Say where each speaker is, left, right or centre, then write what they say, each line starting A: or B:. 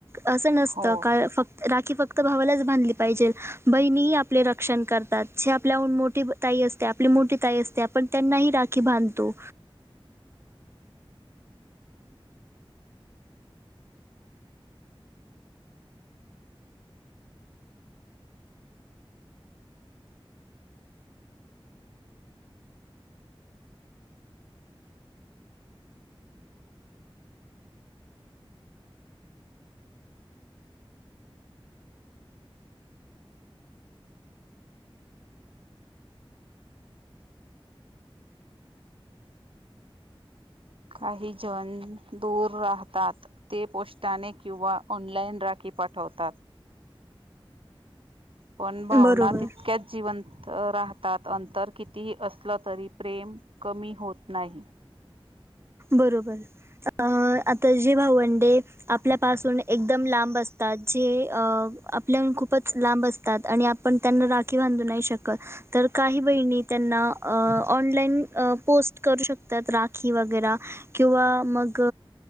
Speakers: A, on the right; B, on the right.
A: असं नसतं
B: हो
A: का फक् राखी फक्त भावालाच बांधली पाहिजेल. बहिणीही आपले रक्षण करतात जे आपल्याहून मोठी ताई असते आपली मोठी ताई असते आपण त्यांनाही राखी बांधतो.
B: काही जण दूर राहतात. ते पोस्टाने किंवा ऑनलाइन राखी पाठवतात. पण भावना
A: बरोबर
B: तितक्याच जिवंत राहतात अंतर कितीही असलं तरी प्रेम कमी होत नाही.
A: बरोबर अ आता जे भावंडे आपल्यापासून एकदम लांब असतात जे अ आपल्याहून खूपच लांब अस तात आणि आपण त्यांना राखी बांधू नाही शकत. तर काही बहिणी त्यांना अ ऑनलाईन अ पोस्ट करू शकतात राखी वगैरा. किंवा मग,